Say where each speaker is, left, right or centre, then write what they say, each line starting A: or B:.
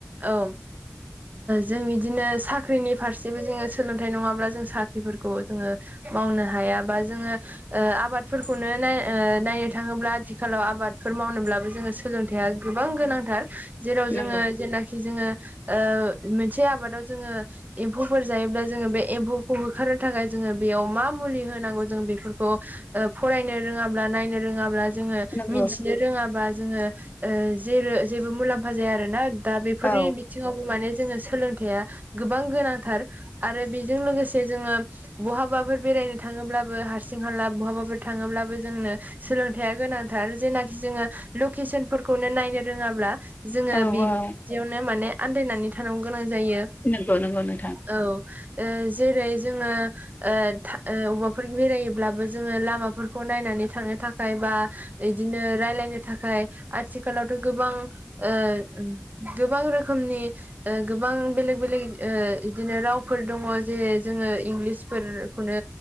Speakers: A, on the right (about 40°); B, on the left (about 40°).
A: औ जों बिदिनो साख्रिनि फारसेबो जोङो सोलोंथाइ नङाब्ला जों साख्रिफोरखौ जोङो मावनो हाया बा जोङो ओ आबादफोरखौनो नाय ओ नायनो थाङोब्ला आथिखालाव आबादफोर मावनोब्लाबो जोङो सोलोंथाया गोबां गोनांथार। जेराव जोङो
B: नंगौ
A: जेनाखि जोङो ओ मोनसे आबादाव जोङो एम्फौफोर जायोब्ला जोङो बे एम्फौखौ होखारनो थाखाय जोङो बेयाव मा मुलि होनांगौ जों बेफोरखौ फरायनो रोङाब्ला नायनो रोङाब्ला जोङो
B: नंगौ
A: मिथिनो रोङाबा जोङो ओ जे जेबो मुलाम्फा जाया आरोना। दा बेफोरनि
B: औ
A: बिथिङावबो माने जोङो सोलोंथाइया गोबां गोनांथार आरो बेजों लोगोसे जोङो बहाबाफोर बेरायनो थाङोब्लाबो हारसिं हाला बहाबाफोर थाङोब्लाबो जोंनो सोलोंथाय्या गोनांथार जेनाखि जोङो लकेसनफोरखौनो नायनो रोङाब्ला जोङो
B: औ
A: बिदियावनो
B: औ
A: माने आन्दायनानै थानांगौ गोनां जायो।
B: नंगौ नंगौ नों
A: औ ओ जेरै जोङो ओ दा अबावबाफोर बेरायोब्लाबो जोङो लामाफोरखौ नायनानै थांनो थाखाय बा बिदिनो रायलायनो थाखाय आथिखालावथ' गोबां ओ गोबां रोखोमनि ओ गोबां बेलेग बेलेग ओ ओ इदिनो रावफोर दङ' जेरै जोङो इंलिसफोरखौनो